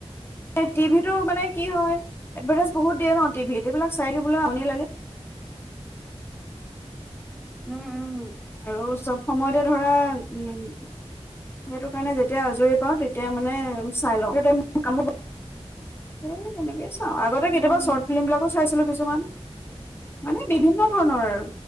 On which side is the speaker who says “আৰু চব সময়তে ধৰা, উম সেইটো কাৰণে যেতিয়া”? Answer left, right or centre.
Left